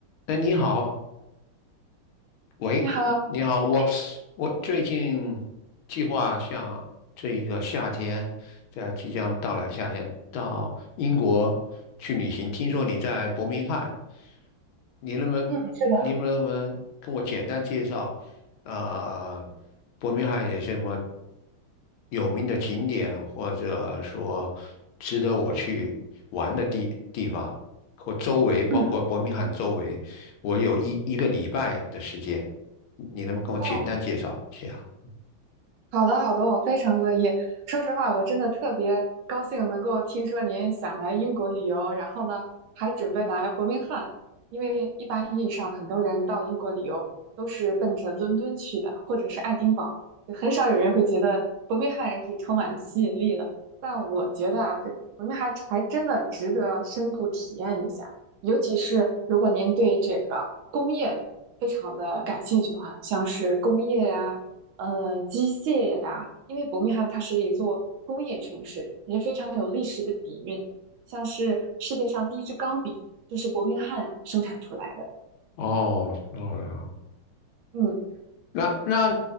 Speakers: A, on the left (about 75°); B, on the right (about 75°).
A: 哎，你好，喂，
B: 你好，
A: 你好，我
B: 哎，
A: 我最近计划像这一个夏天，在即将到来的夏天，到英国去旅行。听说你在伯明翰，你能不能你能不能跟我简单介绍啊、
B: 嗯，是的，
A: 呃伯明翰有什么有名的景点，或者说值得我去玩的地地方，或周围，包括伯明翰周围。
B: 嗯，
A: 我有一一个礼拜的时间，你能不能跟我简单介绍一下？
B: 哦，好的，好的，我非常乐意。说实话，我真的特别高兴能够听说您想来英国旅游，然后呢，还准备来伯明翰。因为一般意义上，很多人到英国旅游都是奔着伦敦去的，或者是爱丁堡，就很少有人会觉得伯明翰是充满吸引力的。但我觉得啊，这伯明翰还真的值得深度体验一下，尤其是如果您对这个工业非常的感兴趣的话，像是工业呀、呃机械呀，因为伯明翰它是一座工业城市，也非常有历史的底蕴。像是世界上第一支钢笔就是伯明翰生产出来的。
A: 哦，哦，
B: 嗯
A: 那那